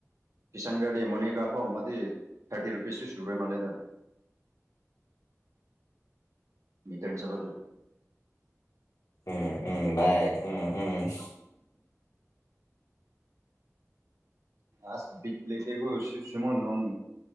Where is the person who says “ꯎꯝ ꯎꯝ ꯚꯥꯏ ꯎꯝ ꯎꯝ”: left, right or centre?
Left